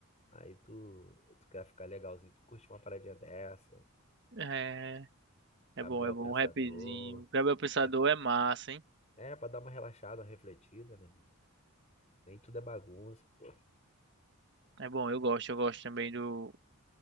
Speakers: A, on the left; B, on the right.
A: Aí tu, tu quer ficar legalzinho, tu curte uma paradinha dessa.
B: É, é
A: Gabriel
B: bom, é bom,
A: Pensador.
B: um rapzinho. O Gabriel Pensador
A: Pra-
B: é massa, hein?
A: É, pra dar uma relaxada, uma refletida, né, mano? Nem tudo é bagunça, pô.
B: É bom, eu gosto, eu gosto também do,